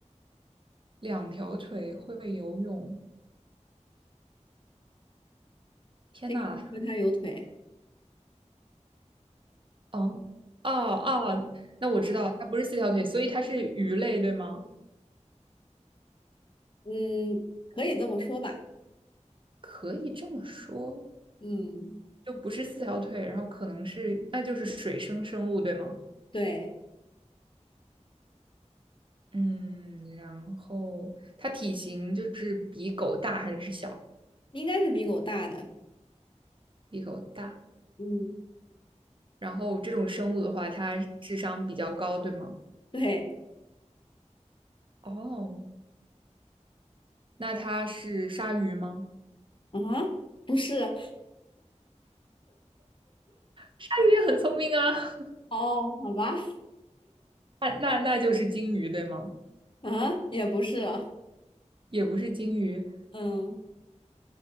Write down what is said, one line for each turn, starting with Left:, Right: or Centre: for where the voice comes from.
Right: 两条腿会游泳。天呐，
Left: 这个和它有腿，
Right: 哦哦哦，那我知道它不是四条腿，所以它是鱼类，对吗？
Left: 嗯，可以这么说吧，
Right: 可以这么说，
Left: 嗯，
Right: 就不是四条腿，然后可能是，那就是水生生物，对吗？
Left: 对，
Right: 嗯，然后它体型就是比狗大还是小？
Left: 应该是比狗大的，
Right: 比狗大。
Left: 嗯，
Right: 然后这种生物的话，它智商比较高，对吗？
Left: 对，
Right: 哦，那它是鲨鱼吗？
Left: 啊，不是，
Right: 鲨鱼也很聪明啊。
Left: 哦，好吧，
Right: <laughs> 那那那就是鲸鱼，对吗？
Left: 啊，也不是啊，
Right: 也不是鲸鱼，
Left: 嗯，